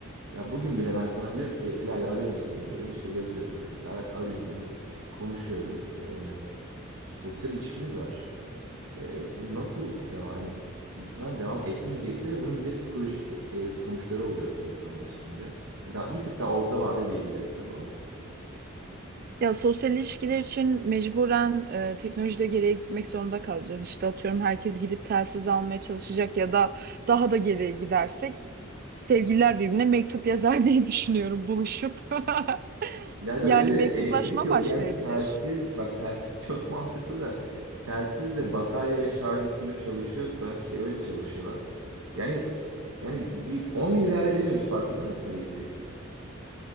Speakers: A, on the right; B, on the right.
A: Ya bugün bile ben sana diyorum ki Elayla arıyorum seni diyorum. İşte yazıyorum mesela. Arıyorum. Konuşuyorum. Ee, sosyal ilişkimiz var. Ee, bu nasıl devam? Hani muhtemelen devam etmeyecekti ve bunun bir de psikolojik e, e, sonuçları olacaktı insanlar üstünde. Biraz, bir tık daha orta vade diyebiliriz tabii ona.
B: Ya sosyal ilişkiler için mecburen e, teknolojide geriye gitmek zorunda kalacağız. İşte atıyorum herkes gidip telsiz almaya çalışacak ya da daha da geriye gidersek sevgililer birbirine mektup yazar <laughs> diye düşünüyorum buluşup. <laughs>
A: İlayda
B: Yani
A: öyle de
B: mektuplaşma
A: elektrik yok.
B: başlayabilir.
A: Yani telsiz, bak telsiz <laughs> çok mantıklı da telsiz de batarya ve şarj usulü çalışıyorsa ki öyle çalışıyorlar. Yani yani bir 10 gün idare edemiyoruz farkında mısın elektriksiz?